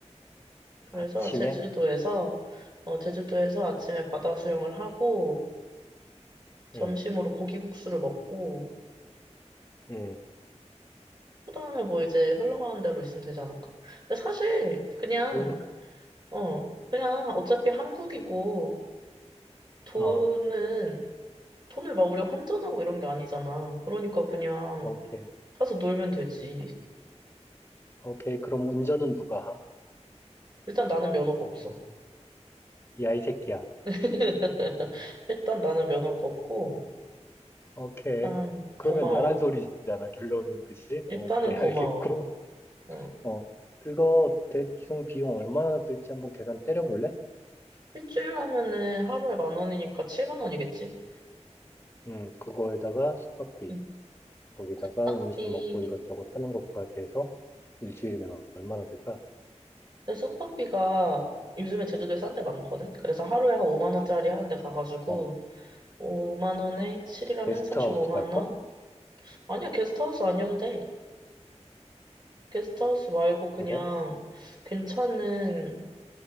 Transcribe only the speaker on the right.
그래서
제주도에서, 어, 제주도에서 아침에 바다 수영을 하고, 점심으로
고기국수를 먹고,
그다음에 뭐 이제 흘러가는 대로 있으면 되지 않을까? 근데 사실, 그냥,
어, 그냥 어차피 한국이고, 돈은,
돈을 막 우리가 환전하고 이런 게 아니잖아. 그러니까 그냥
가서 놀면 되지.
일단 나는 면허가 없어.
<laughs> 일단 나는 면허가 없고,
일단 고마워.
일단은
고마워.
어.
일주일 하면은 하루에 만 원이니까 7만 원이겠지?
응.
숙박비.
근데 숙박비가 요즘에 제주도에 싼 데 많거든? 그래서 하루에 한 5만 원짜리 하는데 가가지고
5만 원에 7이라면
35만
원? 아니야, 게스트하우스 아니어도 돼. 게스트하우스 말고 그냥
괜찮은,